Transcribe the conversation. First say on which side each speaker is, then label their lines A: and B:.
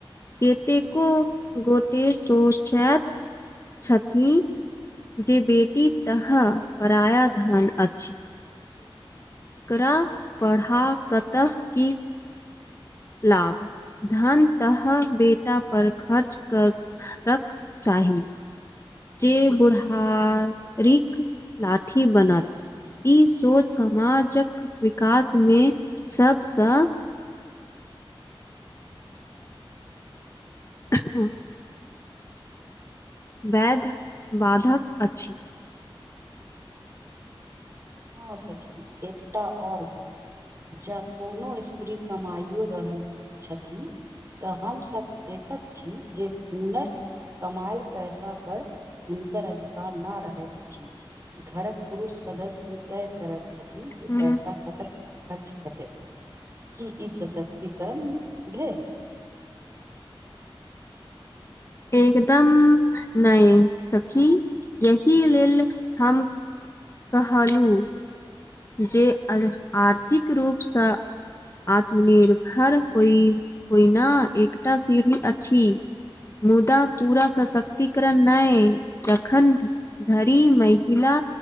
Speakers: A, on the left; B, on the right.
A: केतेको गोटे शोचत छथिन जे बेटी तह पराया धन अछि एकरा पढ़ा कतऽ की लाभ धन तह बेटा पर खर्च कर रख चाही जे बुढ़ारीक लाठी बनत ई सोच समाजक विकासमे सबसँ हँ वैध बाधक अछि
B: हँ सची एकटा ओर गप जँ कोनो स्त्री कमाइयो रहल छथि तऽ हमसभ देखैत छी जे हुनर कमायल पैसापर हुनकर अधिकार ना रहैत अछि घरक पुरुष सदस्य ई तय करैत छथिन जे
A: ह
B: पैसा कतक खर्च हेतै की ई सशक्तिकरण भेल
A: एकदम नय सखी यही लेल हम कहलू जे आर्थिक रूपसँ आत्मनिर्भर होइ होइना एकटा सीढ़ी अछि मुदा पूरा सशक्तिकरण नय जखन धरी महिला